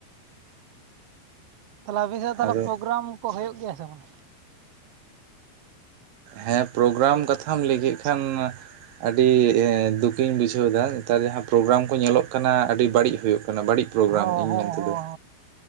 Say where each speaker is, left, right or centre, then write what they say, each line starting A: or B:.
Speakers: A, on the right (about 80°); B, on the right (about 60°).
A: ᱛᱟᱦᱚᱞᱮ ᱟᱵᱤ ᱥᱮᱜ ᱛᱟᱦᱚᱞᱮ
B: ᱟᱫᱚ
A: ᱯᱨᱳᱜᱨᱟᱢ ᱠᱚ ᱦᱩᱭᱩᱜ ᱜᱮᱭᱟ ᱥᱮ ᱵᱟᱝᱟ?
B: ᱦᱮᱸ ᱯᱨᱳᱜᱨᱟᱢ ᱠᱟᱛᱷᱟᱢ ᱞᱟᱹᱭ ᱠᱮᱫ ᱠᱷᱟᱱ ᱟᱹᱰᱤ ᱫᱩᱠᱤᱧ ᱵᱩᱡᱷᱟᱹᱣ ᱮᱫᱟ, ᱱᱮᱛᱟᱨ ᱡᱟᱦᱟᱸ ᱯᱨᱳᱜᱨᱟᱢ ᱠᱚ ᱧᱮᱞᱚᱜ ᱠᱟᱱᱟ, ᱟᱹᱰᱤ ᱵᱟᱹᱲᱤᱡ ᱦᱩᱭᱩᱜ ᱠᱟᱱᱟ᱾ ᱵᱟᱹᱲᱤᱡ ᱯᱨᱳᱜᱨᱟᱢ
A: ᱦᱚᱸ
B: ᱤᱧ
A: ᱦᱚᱸ
B: ᱢᱮᱱᱛᱮ
A: ᱦᱚᱸ
B: ᱫᱚ᱾